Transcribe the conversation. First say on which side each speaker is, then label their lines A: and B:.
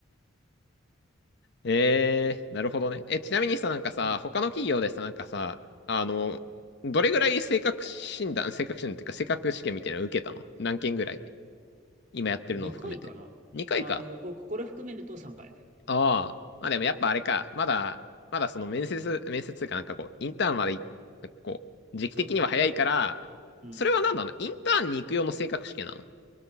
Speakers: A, on the left; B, on the right.
A: えー、なるほどね。え、ちなみにさ、なんかさ、
B: うん。
A: 他の企業でさ、なんかさ、あの、どれぐらい性格診断、性格診断っていうか、性格試験みたいなの受けたの何件ぐらい今やってるのを含めて。
B: 2回かなあーこ、
A: 2回か。
B: これ含めると3回。
A: ああ、まあでもやっぱあれか、まだ、まだその面接、面接というかなんかこう、インターンまでい、こう、時期的には早いから、
B: そうだね。うん。
A: それは何なのインターンに行く用の性格試験なの